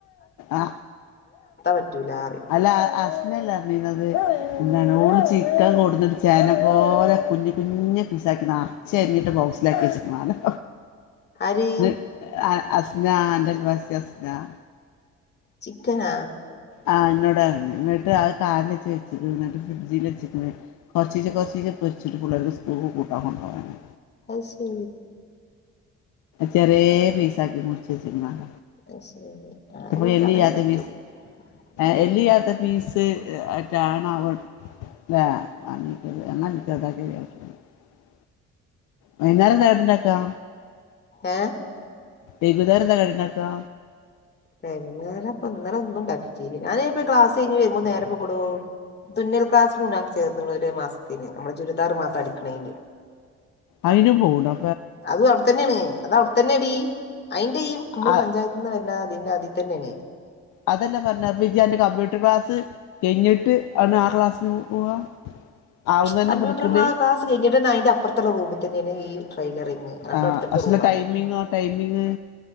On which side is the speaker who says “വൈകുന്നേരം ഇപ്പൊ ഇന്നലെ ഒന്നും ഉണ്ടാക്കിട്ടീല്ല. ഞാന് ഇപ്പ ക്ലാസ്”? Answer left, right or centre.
Left